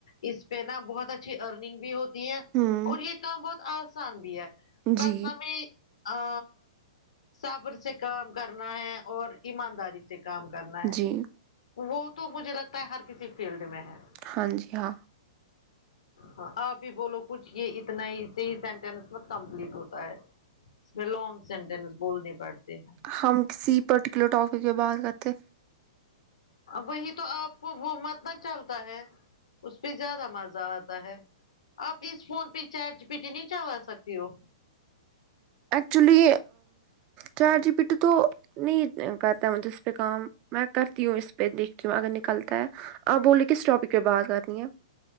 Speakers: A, on the left; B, on the right.
A: اس پہ نا بہت اچھی ارننگ بھی ہوتی
B: ہوں
A: اور یہ کام بہت آسان بھی ہے بس
B: جی
A: ہمیں ا صبر سے کام کرنا ہے اور ایمانداری سے کام کرنا ہے
B: جی
A: وہ تو مجھے لگتا ہے ہر کسی فیلڈ میں ہے
B: ہاں جی ہاں
A: ہاں آپ ہی بولو کچھ یہ اتنا ہی صحیح سینٹینس میں کمپلیٹ ہوتا ہے اس میں لانگ سینٹینس بولنے پڑتے ہیں
B: ہم کسی پرٹیکولر ٹاپک کے بات کرتے
A: وہی تو آپ کو وہ مت نہ چلتا ہے اس پہ زیادہ مزہ آتا ہے آپ اس فون پہ چیٹ جی پی ٹی نہیں چلوا سکتی ہو
B: ایکچولی چیٹ جی پی ٹی تو نہیں کر ھ اس پہ کام میں کرتی ہوں اس پہ دیکھتی ہوں اگر نکلتا ہے آپ بولیے کس ٹاپک پہ بات کرنی ہے